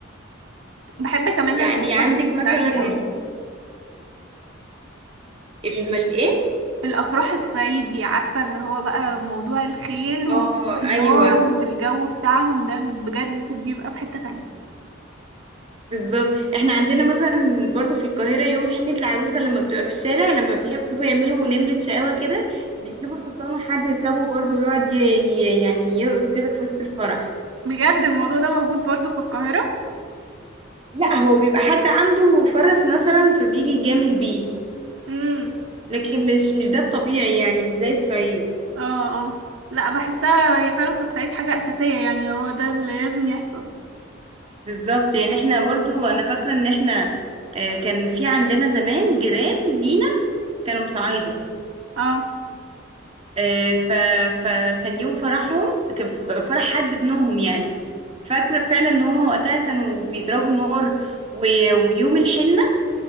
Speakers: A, on the right; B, on the right.
A: بحب كمان
B: يعني
A: الافراح
B: عندك
A: الصعيدي
B: مثلا ال-
A: قوي
B: الم- الايه
A: الافراح الصعيدي عارفه اللي هو بقى موضوع الخيل وطب
B: اه
A: النار
B: ايوه
A: والجو بتاعهم ده بجد بيبقى في حته تانية
B: بالظبط احنا عندنا مثلا برضو في القاهره يوم حنه العروسه لما بتبقى في الشارع لما بيحبوا يعملوا نمره شقاوه كده بيجيبوا حصان وحد يركبه برضو ويقعد ي- ي- يعني يرقص كده في وسط الفرح
A: بجد الموضوع ده موجود برضو في القاهره
B: لا هو بيبقى حد عنده فرس مثلا فبيجي يجامل بيه
A: امم
B: لكن مش مش ده الطبيعي يعني مش زي الصعيد
A: اه اه لا بحسها هي فعلا في الصعيد حاجه اساسيه يعني هو ده اللي لازم يحصل
B: بالظبط يعني احنا برضو انا فاكره ان احنا آه، كان في عندنا زمان جيران لينا كانوا مصعايده
A: اه
B: آه، ف... فكان يوم فرحهم كان فرح حد ابنهم يعني فاكرة فعلا ان هما وقتها كانوا بيضربوا نار و... ويوم الحنة